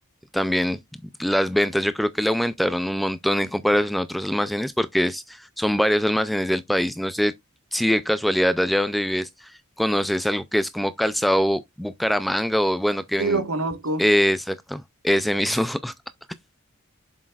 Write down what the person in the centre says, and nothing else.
también las ventas yo creo que le aumentaron un montón en comparación a otros almacenes porque es, son varios almacenes del país, no sé si de casualidad allá donde vives conoces algo que es como Calzado Bucaramanga o bueno, que
ven-
eh, exacto, ese mismo, <laughs>